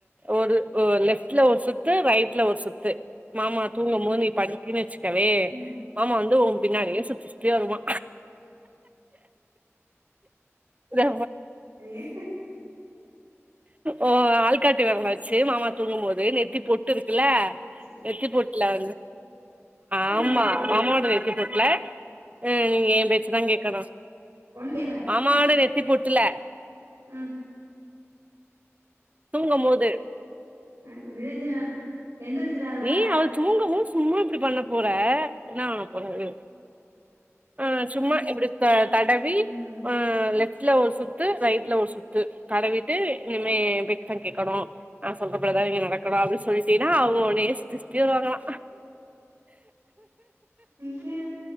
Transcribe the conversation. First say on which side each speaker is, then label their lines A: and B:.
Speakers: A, on the right; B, on the right.
A: ஒரு ஒ லெஃப்ட்ல ஒரு சுத்து ரைட்ல ஒரு சுத்து மாமா தூங்கமோ நீ பண்ட்டீன்னு வச்சுக்கவே
B: ம்
A: மாமா வந்து உ பின்னாடியே சுத்தி சுத்தி வருவா இதா
B: என்னைய
A: ஓ ஆள்காட்டு வெரல வச்சு மாமா தூங்கும் போது நெத்தி பொட்டு இருக்குல
B: சே
A: நெத்தி பொட்ல வந் ஆமா
B: நெத்தி பொட்டுல
A: மாமாவோட நெத்தி பொட் ல அ நீங்க எ பேச்சுதா கேக்கனு
B: ஒண்ணு கே
A: மாமாவோட நெத்தி பொட்டுல
B: ம்
A: தூங்கம் போது
B: ம் விடிஞ்சிரு எந்திரிச்சிருவாரா
A: நீ அவ தூங்கவு சும்மா இப்டி பண்ண போற என்னா பண்ண போறாரு ஆ சும்மா
B: ம்
A: இப்டி த தடவி
B: ம்
A: ஆ லெஃப்ட்ல ஒரு சுத் து ரைட்ல ஒரு சுத்து தடவிட்டு இனிமே எ பேச்தா கேக்கணு நா சொல்ற படிதா நீங்க நடக்கணு அப்டின்னு சொல்லிட்டீன்னா அவ்ங்க உன்னயே சுத்தி சுத்தி வருவாங்களா
B: க்கு